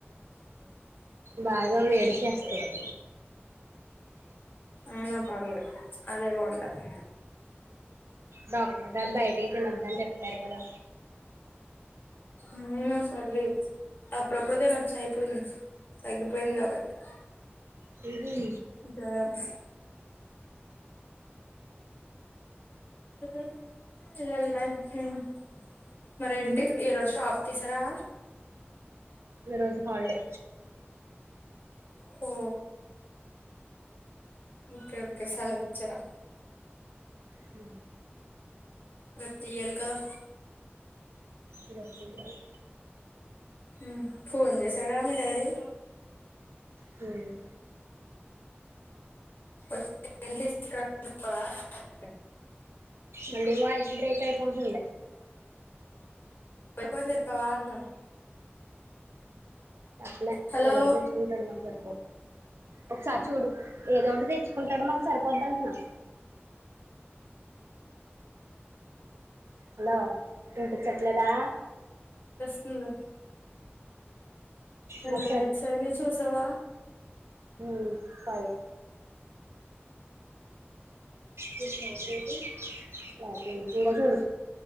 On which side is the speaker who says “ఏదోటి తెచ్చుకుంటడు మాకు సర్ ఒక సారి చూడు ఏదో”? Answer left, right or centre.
Right